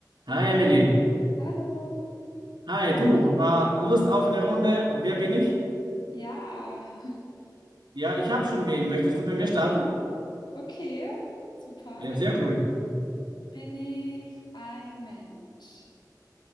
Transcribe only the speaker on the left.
Hallo.
Ja,
<laughs> okay, super.
Ja.
Bin ich ein Mensch?